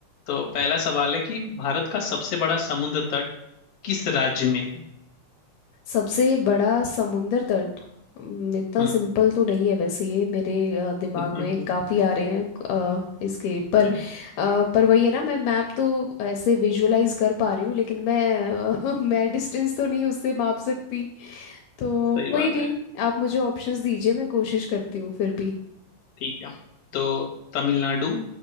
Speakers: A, on the left; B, on the left.
A: तो पहला सवाल है कि भारत का सबसे बड़ा समुद्र तट किस राज्य में है
B: सबसे बड़ा समुंदर तट हम्म, इतना
A: हम्म
B: सिंपल तो नहीं है वैसे ये मेरे अ, दिमाग
A: <laughs>
B: में
A: ठीक
B: काफ़ी आ रहे हैं अ, इसके पर
A: है,
B: अ, पर वही है ना मैं मैप तो ऐसे विजुअलाइज कर पा रही हूँ लेकिन मैं अ, <laughs> मैं डिस्टेंस तो नहीं उससे माप सकती तो
A: सही
B: कोई
A: बात
B: नहीं
A: है
B: आप मुझे ऑप्शंस दीजिए मैं कोशिश करती हूँ फिर भी
A: ठीक है तो तमिलनाडु